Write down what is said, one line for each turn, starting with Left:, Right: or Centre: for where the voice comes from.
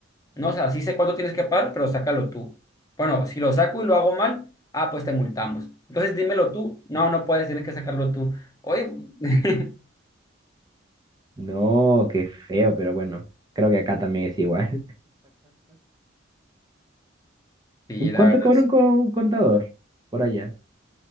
Left: No, o sea, sí sé cuánto tienes que pagar, pero sácalo tú. Bueno, si lo saco y lo hago mal, ah, pues te multamos. Entonces dímelo tú. No, no puedes, tienes que sacarlo tú. Oye, <laughs>
Right: No, qué feo, pero bueno, creo que acá también es igual.
Left: sí,
Right: ¿Y cuánto
Left: la verdad,
Right: cobra
Left: es-
Right: un co- contador por allá?